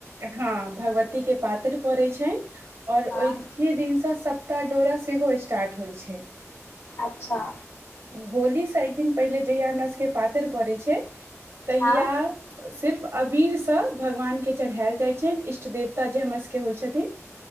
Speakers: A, on the right; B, on the left.
A: हँ भगवती के पातरि पड़ैत छनि। <unintelligible> और ओही
B: हँ
A: दिनसँ। सप्ता-डोरा सेहो स्टार्ट होइ छै।
B: अच्छा।
A: होली से एक दिन पहिले जहिया हमरा सबके पातरि पड़ै छै। तहिया
B: हँ
A: सिर्फ। अबीरसँ भगवान के। चढ़ायल जाइ छनि, इष्ट देवता जे हमर सबके होइ छथिन।